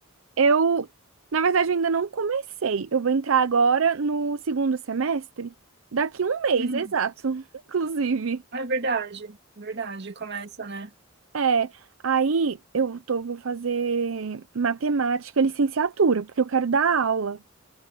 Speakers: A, on the right; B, on the right.
A: Eu, na verdade, eu ainda não comecei. Eu vou entrar agora no segundo semestre, daqui um mês,
B: uhum.
A: exato, <laughs> inclusive.
B: É verdade, é verdade, começa, né?
A: É, aí eu tô, vou fazer matemática, licenciatura, porque eu quero dar aula.